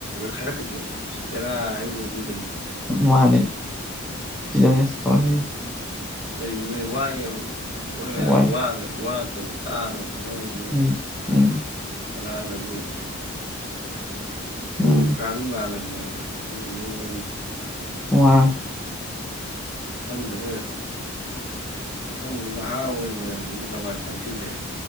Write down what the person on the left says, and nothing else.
ꯈꯔꯛꯀꯗꯣꯏꯅꯤ ꯏꯁ ꯄꯦꯔꯥ ꯍꯥꯏꯕ ꯑꯗꯨꯗꯅꯤ
ꯂꯩꯕꯗꯨꯅ ꯋꯥ ꯃꯣꯏ ꯃꯌꯥꯝ
ꯋꯥ ꯇꯧꯕ ꯇꯥꯅꯕ ꯍꯣꯠꯅꯕꯗ
ꯔꯅꯕꯨ ꯌꯣꯡ
ꯂꯨꯈ꯭ꯔꯥꯕꯤ ꯃꯥꯜꯂꯝꯅꯦ ꯑꯕ ꯑꯗꯨ ꯂꯩꯅꯒꯤ ꯃꯑꯣꯡꯁꯦ
ꯈꯪꯗꯦꯍꯦ ꯁꯪꯁ ꯅꯍꯥ ꯑꯣꯏꯅ ꯂꯋꯥꯏ ꯇꯪꯁꯤꯜꯂꯦ